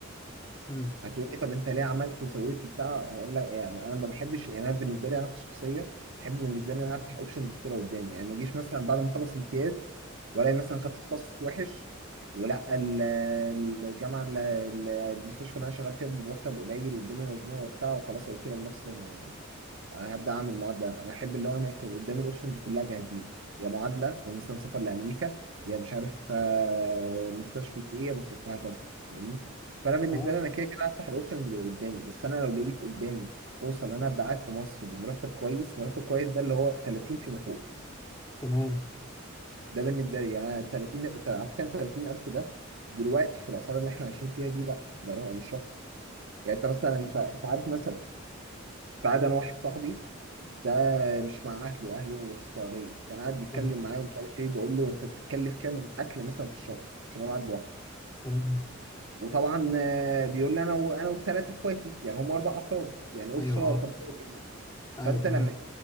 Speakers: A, on the left; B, on the right.
A: مم.
B: هتقول لي طب انت ليه عملت وسويت وبتاع هقول لك يعني انا ما بحبش يعني انا بالنسبه لي انا كشخصيه احب بالنسبه لي ان انا افتح اوبشنز كتيره قدامي يعني ما اجيش مثلا بعد ما اخلص امتياز والاقي مثلا خدت تخصص وحش ولا ال- الجامعه ال- ال- المستشفى اللي انا شغال فيها بمرتب قليل والدنيا مزنوقه وبتاع وخلاص اقول كده لنفسي انا هبدا اعمل معادله انا احب اللي هو انا يكون قدامي الاوبشنز كلها جاهزين يا معادله يا مثلا سفر لامريكا يا مش عارف آه، مستشفى ايه يا مست- وهكذا فاهمني فانا بالنسبه
A: تمام
B: لي انا كده كده هفتح الاوبشنز اللي قدامي بس انا لو لقيت قدامي فرصه ان انا ابقى قاعد في مصر بمرتب كويس مرتب كويس ده اللي هو 30 فيما فوق
A: تمام
B: ده بالنسبه لي يعني 30 على فكره 30000 ده دلوقتي في الاسعار اللي احنا عايشين فيها دي لا ده رقم- مش رقم يعني انت مثلا انت انت عارف مثلا بعد انا واحد صاحبي ده مش مع اهله اهله في السعوديه كان قاعد بيتكلم
A: تم-
B: معايا ومش عارف ايه بقول له انت بتتكلف كام اكل مثلا في الشهر عشان انا قاعد لوحدي
A: تمام
B: وطبعا آه، بيقول لي انا و- انا والثلاث اخواتي يعني هم اربع افراد يعني
A: أيوه
B: اسره طبيعيه
A: أه
B: جدا
A: أيوه
B: فانت
A: تمام
B: لما